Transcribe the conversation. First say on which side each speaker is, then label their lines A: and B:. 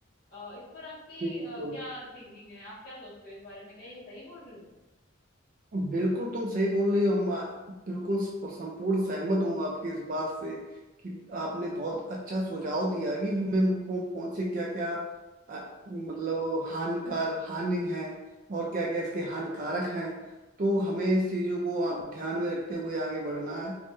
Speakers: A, on the left; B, on the right.
A: अ, इस पर आपकी
B: बिल्कुल
A: अ, क्या थिंकिंग है आप क्या सोचते हो इस बारे में क्या ये सही बोल रही हूँ
B: बिल्कुल तुम सही बोल रही हो हम आ- बिल्कुल स- संपूर्ण सहमत हूँ आपकी इस बात से कि आपने बहुत अच्छा सुझाव दिया कि हमें फोन फोन से क्या क्या मतलब हानिकार हानि है और क्या क्या इसके हानिकारक हैं तो हमें इस चीज़ों को आ- ध्यान में रखते हुए आगे बढ़ना है